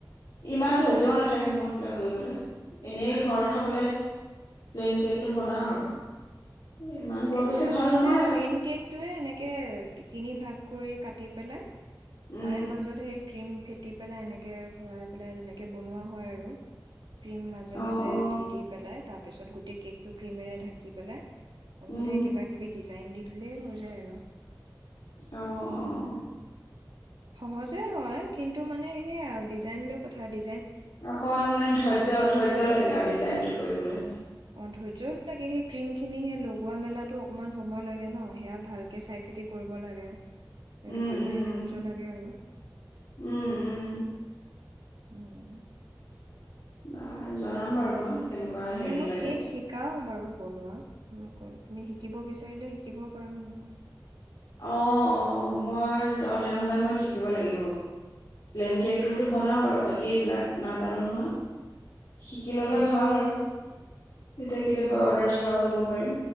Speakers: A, on the left; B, on the right.
A: ইমান ধৈৰ্যও নাথাকে মোৰ।
B: অ
A: বিলাক কৰিবলৈ এনেই ঘৰত খাবলে প্লেইন কেকটো বনাও আৰু। ইমান বৰ
B: এই
A: বেছি
B: আচলতে
A: ভাল নহয় আৰু
B: প্লেইন কেকটোয়ে এনেকে টি তিনি ভাগ কৰি কাটি পেলাই।
A: উম
B: তাৰে মাজত সেই ক্ৰীম ফেটি পেলাই এনেকে ভৰাই পেলাই তেনেকে বনোৱা হয় আৰু। ক্ৰীম মাজে
A: অ
B: মাজে
A: অ
B: দি দি পেলাই তাত। তাৰপিছত গোটেই কেক টো ক্ৰীমেৰে ঢাকি পেলাই। তাৰপিছতে
A: উম
B: কিবা কিবি দিছ লাইন দি দিলেই হৈ যায় আৰু।
A: অঁ', অঁ।
B: সহজে হয় কিন্তু মানে সেইয়া আৰু ডিজাইন লৈ কথা ডি
A: অকণমান মানে ধৈৰ্য্য ধৈৰ্য্য লাগে আৰু ডিজাইনটো কৰিবলৈ হ'লে।
B: অঁ', ধৈয্য লাগে সেই ক্ৰীম খিনি সে লগোৱা মেলাতো অকনমান সময় লাগে ন সেয়া ভালকে চাই চিতি কৰিব লাগে।
A: উম,
B: সেইটো কাৰণে
A: উম,
B: ধৈৰ্য লাগে
A: উম,
B: আৰু
A: উম, উম।
B: উম।
A: বাৰু জনাম বাৰু মই। কেনেকুৱা হেৰি
B: নে মই
A: লাগে
B: কেক শিকাওঁ। বাৰু বনোৱা তুমি শিকিব বিচাৰিলে শিকিব পৰা মোৰ পা।
A: অ', অ', মই অ', তেনেহ'লে মই শিকিব লাগিব প্লেইন কেক তোৰটো
B: উম
A: বনাও বাৰু বাকী এইবিলাক নাজানো নহয়। শিকিললে
B: উম
A: ভাল আৰু। তেতিয়া কেতিয়াবা
B: উম
A: অৰ্ডাৰ
B: তাকে
A: চৰ্ডাৰো ল'ব পাৰিম।